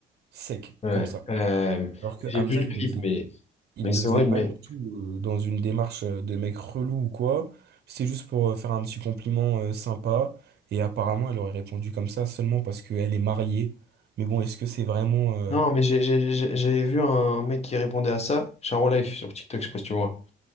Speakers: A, on the right; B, on the left.
A: sec
B: ouais.
A: comme ça.
B: Euh,
A: Alors que
B: j'ai
A: Hamza
B: vu le
A: il
B: clip,
A: le faisait
B: mais,
A: Il
B: mais c'est
A: le faisait
B: horrible,
A: pas
B: mais.
A: du tout euh, dans une démarche euh, de mec relou ou quoi. C'était juste pour euh, faire un petit compliment euh, sympa. Et apparemment, elle aurait répondu comme ça seulement parce qu'elle est mariée. Mais bon, est-ce que c'est vraiment... euh,
B: Non, mais j'ai j'ai- j'ai- j'avais vu un mec qui répondait à ça, Charo Life sur TikTok, je sais pas si tu vois.